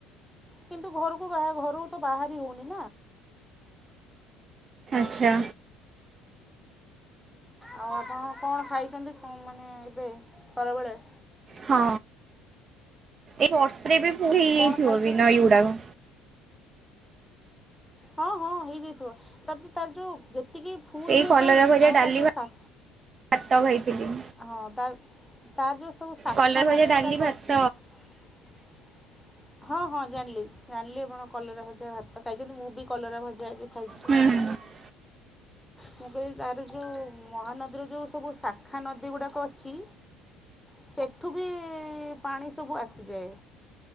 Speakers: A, in the centre; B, on the right.
A: କିନ୍ତୁ ଘରୁ କୁ ଘରୁ ତ ବାହାରି ହଉନି।
B: ଆଚ୍ଛା।
A: ଆଉ ଆପଣ କଣ ଖାଇଚନ୍ତି ମାନେ ଏବେ ଖରାବେଳେ?
B: ହଁ ଏଇବର୍ଷାରେ ଏବେ ଫୁଲ ହେଇଯାଇଥିବ
A: କଣ ଖାଇକି
B: ବି
A: ଆସିଛନ୍ତି?
B: ନଈ ଗୁଡାକ।
A: ହଁ ହଁ ହେଇଯାଇଥିବ ତାପ ତାର ଯୋଉ ଯେତିକି ଫୁଲ
B: ଏଇ
A: ହୁଏ
B: କଲରା
A: ପାଣି
B: ଭଜା
A: ଆଉ
B: ଡାଲି
A: ତାର ଯୋଉ ସା
B: ଭାତ ଖାଇଥିଲି।
A: ହଁ ତା ତାର ଯୋଉ ସବୁ ଶାଖା
B: କଲରା ଭଜା
A: ନଦୀ
B: ଡାଲି
A: ଗୁଡ଼ାକ
B: ଭାତ
A: ଅଛି <inaudible> ହଁ ହଁ ଜାଣିଲି ଜାଣିଲି ଆପଣ କଲରା ଭଜା ଭାତ ଖାଇଛନ୍ତି ମୁଁ ବି କଲରା ଭଜା ଆଜିଖାଇଛି।
B: ହୁଁ
A: ମୁଁ କହିଲି ତାର ଯୋଉ ମହାନଦୀର ଯୋଉ ସବୁଶା ଖା ନଦୀ ଗୁଡ଼ାକ ଅଛି ସେଠୁ ବି ପାଣି ସବୁ ଆସିଯାଏ।